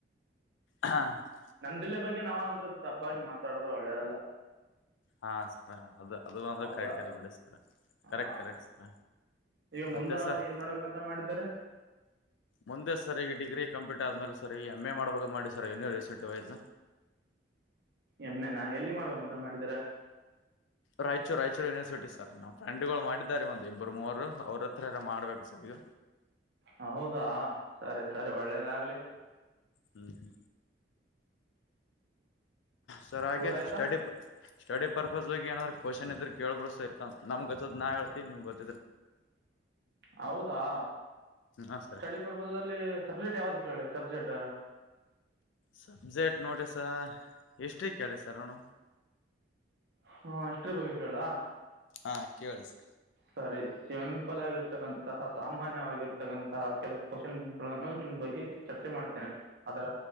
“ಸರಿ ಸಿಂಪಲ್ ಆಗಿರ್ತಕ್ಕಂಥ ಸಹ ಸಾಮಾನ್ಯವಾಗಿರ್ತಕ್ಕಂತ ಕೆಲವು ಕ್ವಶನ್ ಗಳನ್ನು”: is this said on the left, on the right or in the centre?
Right